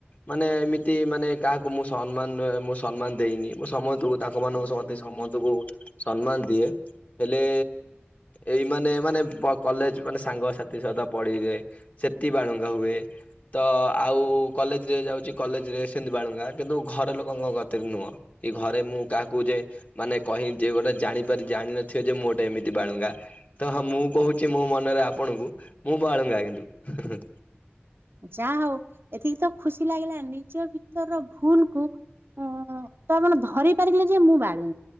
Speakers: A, on the left (about 40°); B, on the right (about 60°).
A: ମାନେ ଏମିତି ମାନେ କାହାକୁ ମୁଁ ସମ୍ମାନ ମୁଁ ସମ୍ମାନ ଦେଇନି ମୁଁ ସମସ୍ତଙ୍କୁ ତାଙ୍କ ମାନଙ୍କ ସମସ୍ତଙ୍କୁ ସମ୍ମାନ ଦିଏ ହେଲେ ଏଇ ମାନେ ମାନେ କଲେଜ ମାନେ ସାଙ୍ଗସାଥି ସତ ପଢି ସେଠି ବାଳୁଙ୍ଗା ହୁଏ। ତ ଆଉ କଲେଜରେ ଯାଉଛି କଲେଜ ବାଳୁଙ୍ଗା କିନ୍ତୁ ଘର ଲୋକଙ୍କ ଗତିରେ ନୁହଁ କି ଘରେ ମୁଁ କାହାକୁ ଯେ ମାନେ କହି ଗୋଟେ ଜାଣିପାର ଜାଣିନଥିବ ଯେ ମୁଁ ଗୋଟେ ଏମିତି ବାଳୁଙ୍ଗା, ତ ହଁ ମୁଁ କୋହୁଚୁ ମୋ ମନରେ ଆପଣଙ୍କୁ ମୁଁ ବଳୁଙ୍ଗା କିନ୍ତୁ
B: ଯାହା ହୋଉ ଏତିକି ତ ଖୁସି ଲାଗିଲା ନିଜ ଭିତରର ଭୁଲ କୁ ଅ ତ ଆପଣ ଧରି ପାରିଲେ ଯେ ମୁଁ ବାଳୁ